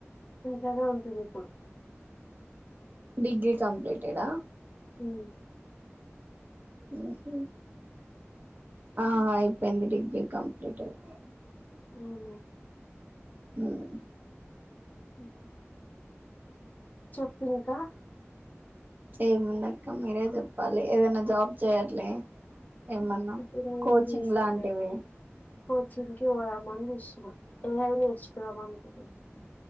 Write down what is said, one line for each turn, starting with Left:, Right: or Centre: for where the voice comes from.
Left: ఇంట్లోనే ఉంటుంది ఇప్పుడు
Right: డిగ్ర్రిీ కంప్లీటెడా
Left: మ్మ్
Right: మ్మ్ హ్మ్ ఆ అయిపోయింది డిగ్రీ కంప్లీటేడ్
Left: అవునా
Right: ఉమ్
Left: మ్మ్ చెప్పినాకా
Right: ఏముండక్క మీరే చెప్పాలి ఏదైనా జాబ్ చేయట్లే ఏమన్నా
Left: ఇప్పుడ ఏం
Right: కోచింగ్
Left: చేస్తలే
Right: లాంటివి
Left: కోచింగ్కి పోదామా అని యై ఐ నేర్చుకుందాం అనుకుంటున్న